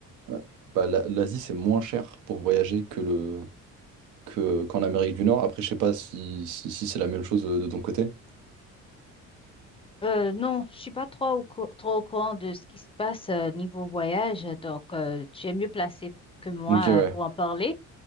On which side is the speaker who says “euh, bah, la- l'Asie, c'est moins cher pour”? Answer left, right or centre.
Right